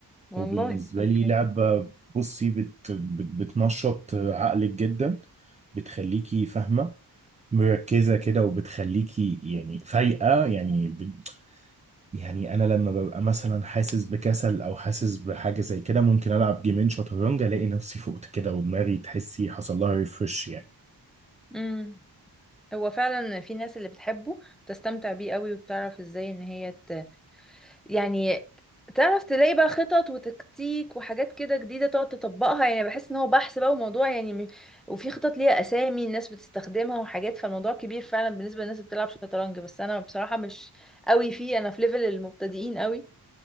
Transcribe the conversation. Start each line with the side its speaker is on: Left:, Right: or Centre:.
Centre: والله
Right: وبالنسبة
Centre: اوكي
Right: لي لعبة بصي بت بت بتنشط عقلك جدا بتخليكي فاهمة مركزة كده وبتخليكي يعني فايقة يعني ب... يعني أنا لما ببقى مثلا حاسس بكسل أو حاسس بحاجة زي كده ممكن ألعب جيمين شطرنج ألاقي نفسي فقت كده ودماغي تحسي حصل لها ريفرش يعني
Centre: امم هو فعلا في ناس اللي بتحبه بتستمتع بيه قوي وبتعرف ازاي ان هي ت... يعني تعرف تلاقي بقى خطط وتكتيك وحاجات كده جديدة تقعد تطبقها يعني بحس ان هو بحث بقى وموضوع يعني م- وفي خطط ليها اسامي الناس بتستخدمها وحاجات فالموضوع كبير فعلا بالنسبة للناس اللي بتلعب شطرنج بس انا بصراحة مش قوي فيه انا في ليفل المبتدئين قوي